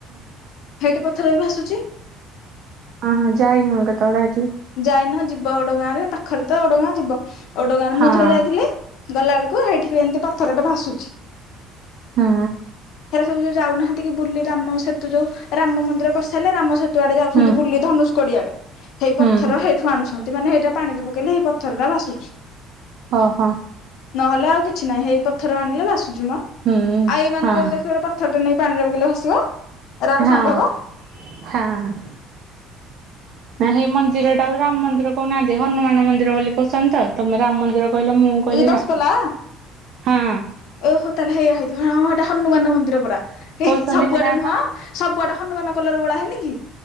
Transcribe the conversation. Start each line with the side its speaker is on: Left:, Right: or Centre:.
Left: ସେଇଠି ପଥର ବି ଭାସୁଛି।
Right: ଅ ହଁ ଯାଇନି ମୁଁ କେତବଳେ ଏଠି।
Left: ଯାଇନ ଯିବ ଓଡ ଗାଁରେ ପାଖରେ ତ ଓଡ ଗାଁ ଯିବ। ଓଡ ଗାଁ ରେ
Right: ହଁ
Left: ମୁଁ ଥରେ ଯାଇଥିଲି। ଗଲାବେଳକୁ ହେଇଠି ବି ଏମିତି ପଥରଟେ ଭାସୁଛି।
Right: ହୁଁ।
Left: ପାଖରେ ସବୁ ଯୋଉ ଯାଉନାହାନ୍ତି କି ବୁଲି ରାମସେତୁ ଯୋଉ, ରାମ ମନ୍ଦିର କରିସାରଲେ, ରାମସେତୁ ତୁ ଆଡେ ଯାଉଛନ୍ତି
Right: ହୁଁ
Left: ବୁଲି ଧନୁସ୍କଡି ଆଡେ ହେଇ
Right: ହୁଁ
Left: ପଥର ସେଇଠୁ ଆଣୁଛନ୍ତି ମାନେ ଏଇଟା ପାଣିରେ ପକେଇଲେ, ଏଇ ପଥରଟା ଭସୁଛି।
Right: ଓ ହଁ।
Left: ନହେଲେ ଆଉ କିଛି ନାହିଁ ହେଇ ପଥର ଆଣିଲେ ଭାସୁଛି ମ।
Right: ହୁଁ
Left: ଆଉ ଏଇ ମାନଙ୍କର
Right: ହଁ
Left: ଦେଖିବ ଗୋଟେ ପ ଥରଟେ ନେଇ ପାଣିରେ ପକଇଲେ ଭାସିବ। ଏରା ଗୋଟେ
Right: ହଁ।
Left: ସମ୍ଭବ
Right: ହଁ।
Left: <unintelligible>
Right: ନା ସେଇ ମନ୍ଦିର ଟା ଆଉ ରାମ ମନ୍ଦିର କହୁନାହାନ୍ତି ହନୁମାନ ମନ୍ଦିର ବୋଲି କହୁଛନ୍ତି ତମେ ରାମ ମନ୍ଦିର କହିଲ ମୁଁ କହିଲି
Left: ଏଇ ଯ ଦଶ
Right: ରାମ
Left: ପଲା
Right: ହଁ
Left: ଓହୋ ତାହେଲେ ହେଇଥିବ ହଁ ଏଇଟା ହନୁମାନ ମନ୍ଦିର ପୁରା ଏ
Right: କହୁଛନ୍ତି
Left: ସବୁଆଡେ
Right: ସେଟା
Left: ନୁହଁ ସବୁଆଡେ ହନୁମାନ କଲର ଭଳା ହେନି କି?